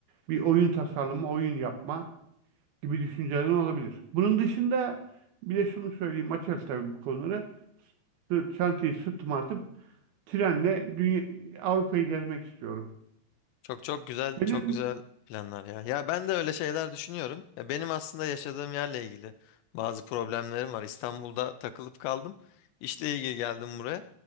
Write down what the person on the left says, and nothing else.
Çok çok güzel,
çok güzel planlar ya. Ya ben de öyle şeyler düşünüyorum. Ya benim aslında yaşadığım yerle ilgili bazı problemlerim var. İstanbul'da takılıp kaldım. İşle ilgili geldim buraya.